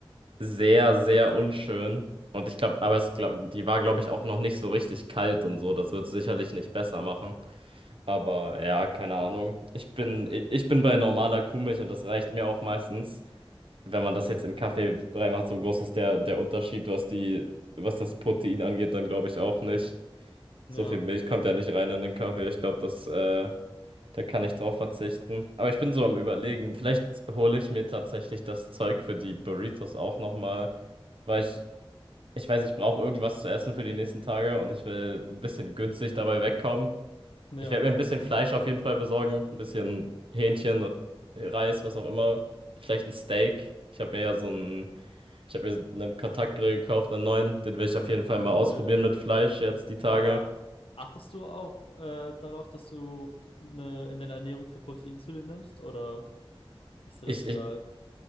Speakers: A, on the right (about 65°); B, on the left (about 70°).
A: sehr, sehr unschön. Und ich glaube, aber es glaub, die war, glaube ich, auch noch nicht so richtig kalt und so. Das wird sicherlich nicht besser machen. Aber ja, keine Ahnung. Ich bin, ich bin bei normaler Kuhmilch und das reicht mir auch meistens. Wenn man das jetzt in Kaffee reinmacht, so groß ist der, der Unterschied, was die, was das Protein angeht, dann glaube ich auch nicht.
B: Ja,
A: So viel Milch kommt ja nicht rein in den Kaffee. Ich glaube, das, äh, da kann ich drauf verzichten. Aber ich bin so am Überlegen. Vielleicht hole ich mir tatsächlich das Zeug für die Burritos auch nochmal, weil ich, ich weiß, ich brauche irgendwas zu essen für die nächsten Tage und ich will ein bisschen günstig dabei wegkommen.
B: ja,
A: Ich werde mir ein bisschen Fleisch auf jeden Fall besorgen, ein bisschen Hähnchen, Reis, was auch immer. Vielleicht ein Steak. Ich habe mir ja so ein ich habe mir einen Kontaktgrill gekauft, einen neuen. Den will ich auf jeden Fall mal
B: cool.
A: ausprobieren mit Fleisch jetzt die Tage.
B: Aber achtest du auch äh, darauf, dass du ne- in deiner Ernährung viel Protein zu dir nimmst oder ist dir
A: Ich,
B: das egal?
A: ich,